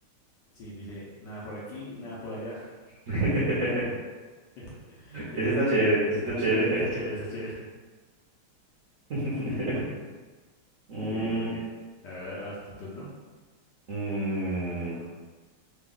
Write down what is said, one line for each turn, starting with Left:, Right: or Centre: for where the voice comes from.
Left: Sí, dice nada por aquí, nada por allá.
Right: <laughs>
Left: <laughs>
Right: Ese está chévere, ese está chévere.
Left: Eh, Está chévere, está chévere.
Right: <laughs> Mm,
Left: Muy bien, muy bien. A ver, ahora es tu turno.
Right: mm,